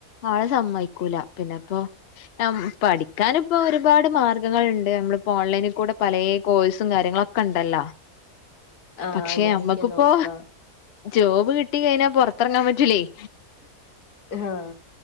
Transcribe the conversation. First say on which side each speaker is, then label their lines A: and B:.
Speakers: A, on the left; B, on the left.
A: ആള് സമ്മതിക്കൂല പിന്നെപ്പോ പഠിക്കാന ഇപ്പോ ഒരുപാട് മാർഗങ്ങളുണ്ട് നമ്മളിപ്പോ ഓൺലൈനിൽ കൂടെ പല കോഴ്സും കാര്യങ്ങളൊക്കെ ക്കൊണ്ടല്ലോ
B: ആഹ്
A: പക്ഷെ
B: അങ്ങനെയൊക്കെ
A: നമ്മക്കിപ്പോ
B: നോക്കാ
A: ജോബ് കിട്ടി കഴിഞ്ഞാ പൊറത്തിറങ്ങാൻ പറ്റൂല്ലയ്
B: ആഹ്